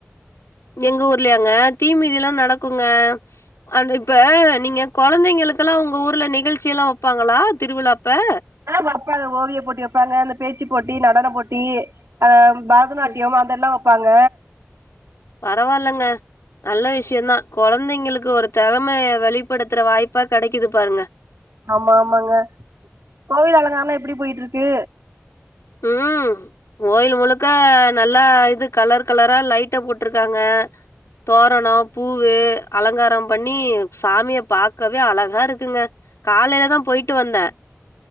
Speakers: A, on the left; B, on the right.
A: எங்க ஊர்லையாங்க தீ மிதிலா நடக்குங்க அது இப்ப நீங்க கொழந்தைங்களுக்கெல்லா உங்க ஊர்ல நிகழ்ச்சி எல்லா வெப்பாங்களா திருவிழா அப்ப
B: ஆ வெப்பாங்க ஓவிய போட்டி வெப்பாங்க அந்த பேச்சு போட்டி நடன போட்டி ஆம் பரதநாட்டியம்
A: ம்
B: அதெல்லா வெப்பாங்க
A: பரவால்லங்க நல்ல விஷ்யந்தா கொழந்தைங்களுக்கு ஒரு தெறமைய வெளிப்படுத்துற வாய்பா கெடைக்குது பாருங்க
B: ஆமா ஆமாங்க கோவில் அழங்காரல்லா எப்டி போயிக்கிட்ருக்கு
A: ம் கோயில் முழுக்கா நல்லா இது கலர் கலரா லைட்ட போட்ருக்காங்க தோரண பூவு அலங்காரம் பண்ணி சாமிய பாக்கவே அழகா இருக்குங்க காலைலதா போய்ட்டு வந்தே